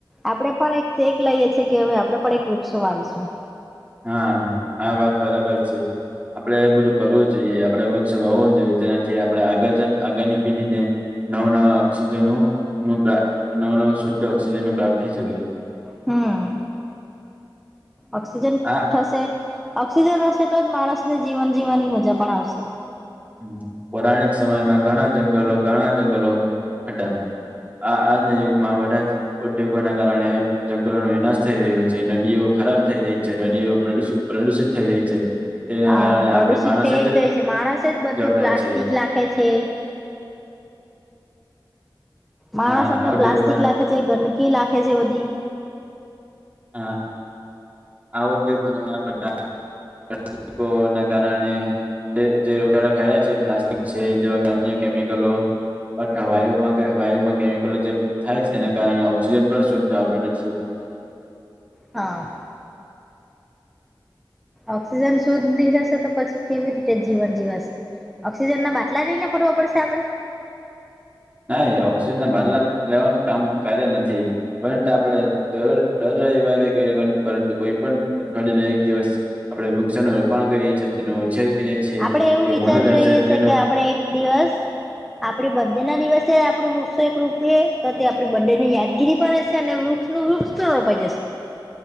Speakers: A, in the centre; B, on the right.
A: આપણે પણ એક ટેક લઈએ છીએ કે હવે આપડે પણ એક વૃક્ષો વાવીશું.
B: હા આ વાત બરાબર છે. આપડે એ બધું કરવું જોઈએ, આપડે વૃક્ષ વાવું જોઈએ, જેનાથી આપણે આગળ જન આગળની પેઢીને નવા નવા ઓક્સિજનો નું નવ નવું શુદ્ધ ઓક્સિજનો પ્રાપ્ત થઈ શકે.
A: હમ ઓક્સિજન
B: આ
A: થશે ઓક્સિજન હશે તો જ માણસને જીવન જીવવાની મજા પણ આવશે.
B: હમ પૌરાણિક સમયમાં ઘણા જંગલો ઘણા જંગલો હતા. આ આજના યુગમાં બધાં જ ઉદ્યોગોના કારણે જંગલોનો વિનાશ થઈ રહ્યો છે, નદીઓ ખરાબ થઈ રહી છે, નદીઓ પ્રદુષ પ્રદુષિત થઈ રહી છે. તેના
A: હા
B: કારણે
A: પ્રદુષિત
B: આપણે માણસ
A: થઈ જ ગઈ છે. માણસે જ બધું
B: જવાબદાર
A: પ્લાસ્ટિક
B: છે
A: લાખે છે. માણસ
B: આ
A: અંદર
B: ઉદ્યોગમાં
A: પ્લાસ્ટિક લાખે છે, ગંદકી લાખે છે બધી.
B: હા આ ઉદ્યોગ મનાવા બધા પ્લાસ્ટિકો અને તેના કારણે જે જે રોગાડા ફેર્યા છે પ્લાસ્ટિક છે, જેવા કે અન્ય કેમિકલો અથવા વાયુમાં વાયુમાં કેમિકલો જે થાય છે, એના કારણે ઓક્સિજન પણ શુદ્ધ આવતું નથી.
A: હા ઓક્સિજન શુદ્ધ ની થશે તો પછી કેવી રીતે જીવન જીવાશે? ઓક્સિજન ના બાટલા લઈને ફરવા પડશે આપણે?
B: ના ઓક્સિજનને બદલા લેવાનું કામ કાર્ય નથી પરંત આપડે. ડર રવિવારે પરંતુ કોઈ પણ અઠવાડયું ન. દિવસ આપડે વૃક્ષોનું રોપણ કરીએ છીએ તેનો ઉછેર કરીએ છીએ
A: આપણે એવું
B: તે
A: વિચારી
B: મોડું થશે
A: રહીએ
B: તેનું.
A: છે કે આપણે એક દિવસ. આપડી બડ ડે ના દિવસે આપડું વૃક્ષો એક રૂપએ તો તે આપ બ્ે ની યાદગીરી પણ હશે અને વૃક્ષ. રૂક્ષસ તો નપાઈ જશે.